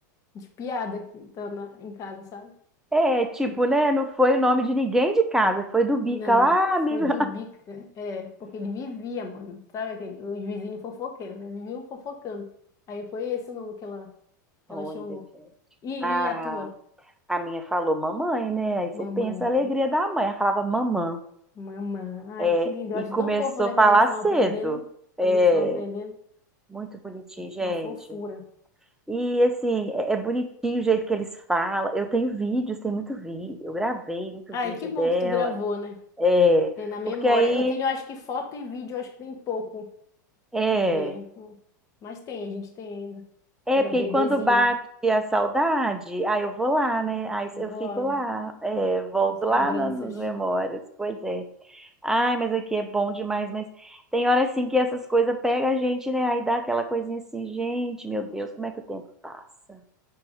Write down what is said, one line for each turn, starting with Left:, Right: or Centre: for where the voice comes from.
Left: de piada aqui, tá na, em casa, sabe?
Centre: É, tipo,
Left: Tipo,
Centre: né? Não foi o nome de ninguém de casa, foi do Bica
Left: Não,
Centre: lá, amigo,
Left: foi do Bica. É, porque ele vivia, mano. Sabe aquele, os vizinhos fofoqueiros, né? Viviam fofocando. Aí foi esse o nome que ela, que
Centre: Olha,
Left: ela chamou.
Centre: gente.
Left: E,
Centre: a,
Left: e a tua?
Centre: a minha falou mamãe, né? Aí você
Left: Mamãe,
Centre: pensa a alegria da mãe. Ela falava mamã.
Left: mamãe. Ai,
Centre: É,
Left: que lindo.
Centre: e
Left: Eu acho
Centre: começou
Left: tão fofo, né?
Centre: a falar
Left: Quando eles estão
Centre: cedo.
Left: aprendendo.
Centre: É,
Left: Quando eles estão aprendendo.
Centre: muito bonitinho, gente.
Left: Uma fofura.
Centre: E assim, é, é bonitinho o jeito que eles falam. Eu tenho vídeos, tem muito vídeo. Eu gravei muito
Left: Ai,
Centre: vídeo
Left: que bom
Centre: dela.
Left: que tu gravou, né?
Centre: É,
Left: Tem na memória.
Centre: porque aí.
Left: Eu tenho, eu acho que foto e vídeo, eu acho que tem pouco.
Centre: É,
Left: Porque. Mas tem, a gente tem ainda.
Centre: é,
Left: Pela
Centre: porque
Left: bebezinha.
Centre: aí quando bate a saudade, aí eu vou lá, né? Aí
Left: Eu
Centre: eu
Left: vou,
Centre: fico
Left: olha,
Centre: lá, é, volto
Left: as lembranças.
Centre: lá na- nas memórias. Pois é. Ai, mas aqui é bom demais, mas tem hora assim que essas coisas pegam a gente, né? Aí dá aquela coisinha assim, gente, meu Deus, como é que o tempo passa?